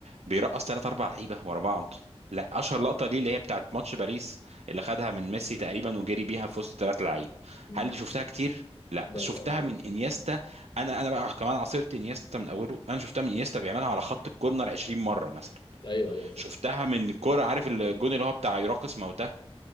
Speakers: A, on the right; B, on the left.
A: بيرقص ثلاث أربع لعيبة ورا بعض لا أشهر لقطة ليه اللي هي بتاعت ماتش باريس اللي خدها من ميسي تقريبا وجري بيها في وسط ثلاث لعيب
B: م.
A: هل دي شفتها كتير؟ لا
B: لا
A: بس
B: لا
A: شفتها
B: طبعا.
A: من انيستا انا انا بقى كمان عصرت انيستا من اوله انا شفتها من انيستا بيعملها على خط الكورنر 20 مره مثلا
B: ايوه ايوه صح
A: شفتها من كوره عارف الجون اللي هو بتاع يراقص موتاه